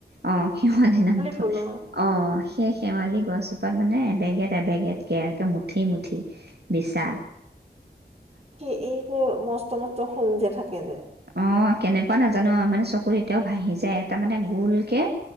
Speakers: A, on the right; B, on the right.
A: অঁ শেৱালি নামটো
B: ফুল অ
A: অঁ সেই শেৱালি গছো তাত মানে এবেগেট এবেগেট কে একে মুঠিয়ে মুঠিয়ে বিচা
B: এই বোৰ বচতো একমাত্ৰ শুং যে থাকে যায়
A: অঁ কেনেকুৱা নাজানো মানে চকু এতিয়াও ভাহি যায় এটা মানে গোল কে